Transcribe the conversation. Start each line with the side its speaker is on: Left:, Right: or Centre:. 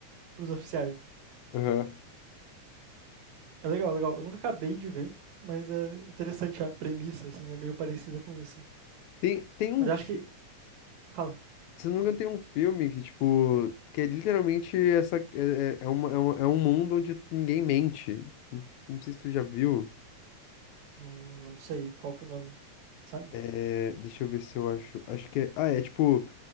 Right: para os oficiais.
Left: Aham.
Right: É legal, legal. Eu nunca acabei de ver, mas é interessante a premissa, assim, é meio parecida com isso.
Left: Tem, tem um.
Right: Mas
Left: fi-
Right: acho que. Fala.
Left: Se não me engano, tem um filme que, tipo, que é literalmente essa. É, é, é uma, é, uma- é um mundo onde ninguém mente. Não sei se tu já viu.
Right: Hum, não sei qual que é o nome, sabe?
Left: É, deixa eu ver se eu acho. Acho que é. Ah, é tipo.